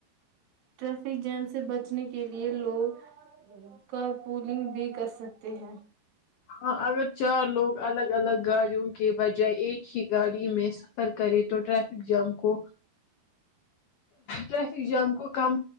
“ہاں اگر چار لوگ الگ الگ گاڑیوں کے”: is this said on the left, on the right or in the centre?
Left